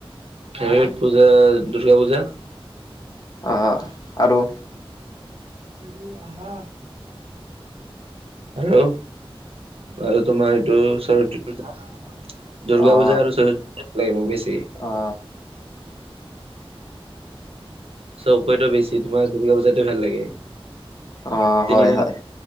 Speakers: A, on the right; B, on the left.
A: হুম পূজা দুৰ্গা পূজা।
B: অ', অ', আৰু।
A: <inaudible> আৰু, আৰু তোমাৰ এইটো সৰতী পূজা। দুৰ্গা
B: অ',
A: পূজা আৰু চৰিত্ৰ পূজা লাগে মোক বেছি।
B: অ',
A: চবকতো বেছি তোমাৰ দূৰ্গা পূজা টো ভাল লাগে।
B: অ',
A: তিনিদিন
B: হয়, হয়